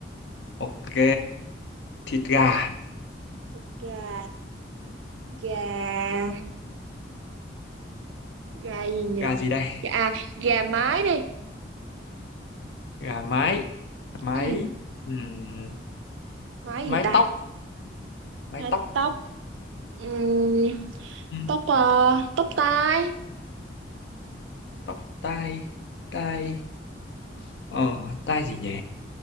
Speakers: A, on the left (about 65°); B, on the right (about 80°).
A: Ok thịt gà
B: Thịt gà gà gà gì nhỉ
A: gà gì đây?
B: gà à, gà mái đi
A: Gà mái mái
B: ừ
A: ừm,
B: mái
A: mái
B: gì ta
A: tóc mái
B: mái
A: tóc
B: tóc ừ,
A: Ừm,
B: tóc ờ, tóc tai
A: tóc tai tai ờ tai gì nhỉ?